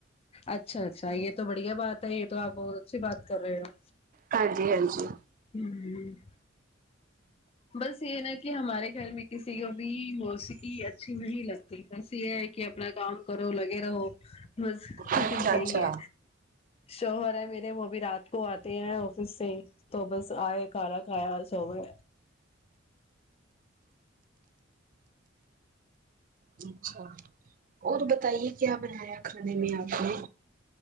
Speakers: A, on the left (about 30°); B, on the right (about 45°).
A: اچھا اچھا یہ تو بڑھیا بات ہے یہ تو آپ بہت اچھی بات کر رہے ہو
B: ہاں جی ہاں جی
A: امم بس یہ نا کہ ہمارے گھر میں کسی کو بھی موسیقی اچھی نہیں لگتی بس یہ ہے کہ اپنا کام کرو لگے رہو بس
B: اچھا
A: یہی
B: اچھا
A: ہے شوہر ہے میرے وہ ا بھی رات کو آتے ہیں آفس سے تو بس آئے کھانا کھایا اور سوگئے
B: اچھا اور بتائیے کیا بنایا کھانے میں آپ نے